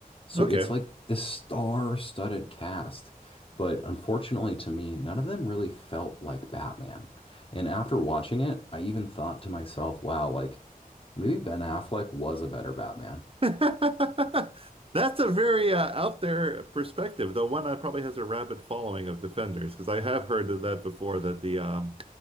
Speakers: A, on the left; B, on the right.
A: So
B: Okay.
A: it's like this star-studded cast. But unfortunately to me, none of them really felt like Batman. And after watching it, I even thought to myself, wow, like maybe Ben Affleck was a better Batman.
B: <laughs> That's a very uh, out there perspective, though one that probably has a rabid following of defenders, because I have heard of that before that the um